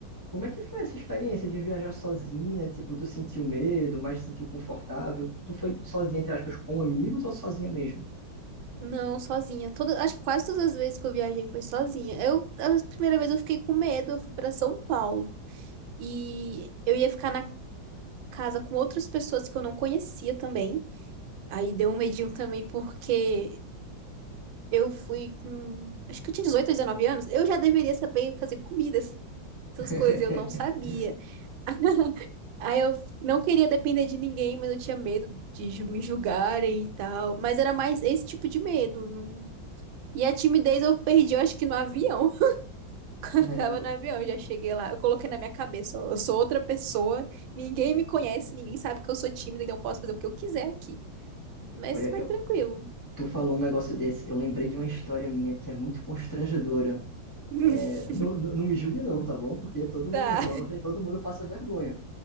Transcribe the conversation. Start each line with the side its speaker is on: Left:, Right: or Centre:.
Left: Como é que foi essa experiência de viajar sozinha? Tipo, tu sentiu medo, mas se sentiu confortável? Tu foi sozinha, entre aspas, com amigos ou sozinha mesmo?
Right: <laughs> Não, sozinha. Toda, acho que quase todas as vezes que eu viajei foi sozinha. Eu, a primeira vez eu fiquei com medo, eu fui para São Paulo e eu ia ficar na casa com outras pessoas que eu não conhecia também. Aí deu um medinho também porque Eu fui com, acho que eu tinha 18 ou 19 anos, eu já deveria saber fazer comida, essas
Left: <laughs>
Right: coisas, eu não sabia. <laughs> Aí eu não queria depender de ninguém, mas eu tinha medo de ju- me julgarem e tal. Mas era mais esse tipo de medo. não- E a timidez eu perdi, eu acho que no avião. <laughs>
Left: Caramba,
Right: Eu tava no avião, eu já cheguei lá. Eu coloquei na minha cabeça, ó, eu sou outra pessoa, ninguém me conhece, ninguém sabe que eu sou tímida, então eu posso fazer o que eu quiser aqui. Mas
Left: olha,
Right: foi
Left: eu,
Right: tranquilo.
Left: tu falou um negócio desse, eu lembrei de uma história minha que é muito constrangedora.
Right: <laughs>
Left: É, não, não não me julgue não, tá bom? Porque todo
Right: Tá,
Left: mundo é jovem, todo mundo passa vergonha.